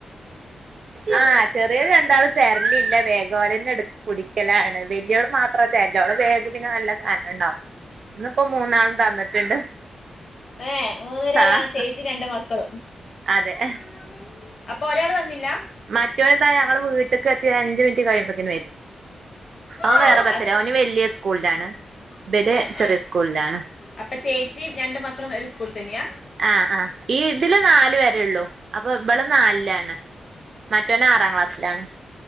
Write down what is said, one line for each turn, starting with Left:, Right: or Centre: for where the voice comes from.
Right: ആ ചെറിയത് രണ്ടാളും തെരലില്ല ബെഗോലന്നെ എടു പിടിക്കലാണ് വല്ല്യോളു മാത്രത്തെലുള്ളു ഓളെ ബാഗ് പിന്നെ നല്ല കനണ്ടാവും ഇന്നിപ്പോ മൂന്നാളും തന്നിട്ടുണ്ട്
Left: ഏഹ് മൂന്നുപെരാരാ
Right: ആഹ്
Left: ചേച്ചി രണ്ട് മക്കളും ഉം
Right: അതെ
Left: അപ്പോ ഒരാള് വന്നില്ല?
Right: മറ്റോര്താ ഞങ്ങള് വീട്ടക്ക്എത്തി അഞ്ച് മിനിറ്റ് കയ്യുമ്പോത്തെന് വരും ഓൻ
Left: ഏ,
Right: വേറെ ബസ്സില
Left: അത്
Right: ഓന് വലിയ സ്കൂളിലാണ് ഇവര്
Left: ഏ
Right: ചെറിയ
Left: ഏ
Right: സ്കൂളിലാണ്.
Left: അപ്പൊ ചേച്ചിയും രണ്ട് മക്കളും ഒരു സ്കൂള് തന്നെയാ?
Right: ആഹ് ആഹ് ഈ ഇതില് നാല് വരെ ഉള്ളൂ അപ്പൊ ഇബള് നാൽലാണ്. മറ്റോന് അറാംക്ലാസിലാണ്.